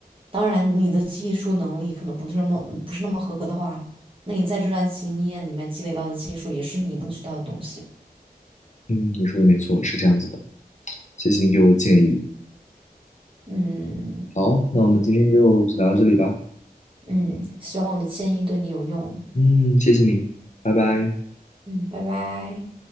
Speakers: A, on the right; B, on the left.
A: 当然，你的技术能力可能不是那么不是那么合格的话，那你在这段经验里面积累到的技术也是你能学到的东西。
B: 嗯，你说的没错，是这样子的。谢谢你给我的建议。
A: 嗯
B: 好，那我们今天就聊到这里吧。
A: 嗯，希望我的建议对你有用。
B: 嗯，谢谢你，拜拜。
A: 嗯，拜拜。